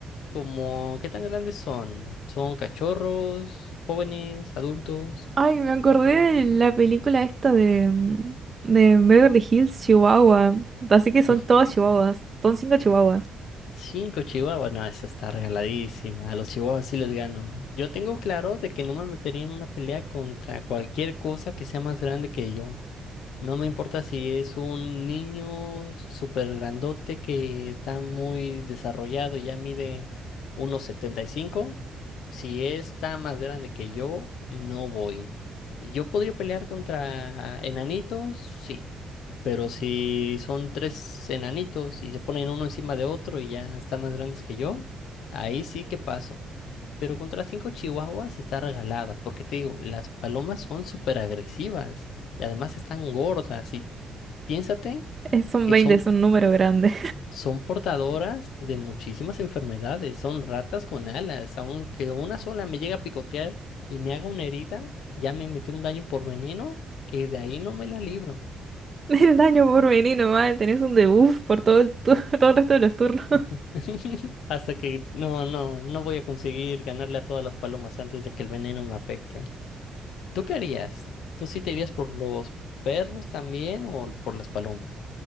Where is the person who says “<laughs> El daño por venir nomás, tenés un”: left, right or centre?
Right